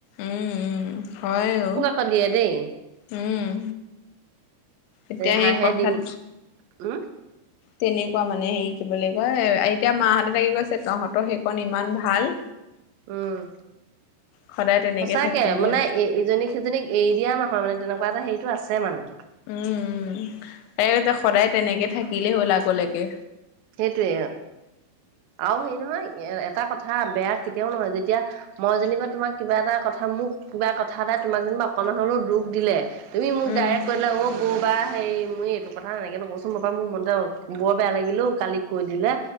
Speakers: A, on the left; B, on the right.
A: উম-উম হয় অ,
B: ক দিয়ে দেই।
A: উম এতিয়া
B: হাঁহে
A: সেই কথাত
B: দিম উম
A: তেনেকুৱা মানে হেৰি কি বুলি কয়, এতিয়া মাহঁ হতে তাকে কৈছে তহঁতৰ সেইকণ ইমান ভাল।
B: উম।
A: সদায় তেনেকে
B: সঁচাকে
A: থাকিলেই
B: মানে
A: হ'ল
B: ইজনী সিজনীক এৰি দিয়া নহয় মানে তেনেকুৱা এটা হেৰিতটো আছে মানে।
A: উম উম তাকতে সদায় তেনেকে থাকিলেই হ'ল আগলৈকে।
B: সেইটোৱে। আৰু হেৰি নহয় এ এটা কথা বেয়া কেতিয়াও নহয় যেতিয়া মই যেনিবা তোমাক কিবা এটা কথা মোক কিবা কথা এটটা তোমাক যেনিবা অকণমান হলেও দুখ দিলে তুমি মোক
A: উম
B: ডাইৰেক্ট কৰিলে অ বৌ বা, হেৰি মই এইটো কথা এনেকে নকবচোন মই পৰা মোৰ মতে বৰ বেয়া লাগিলো কালি কৈ দিলে।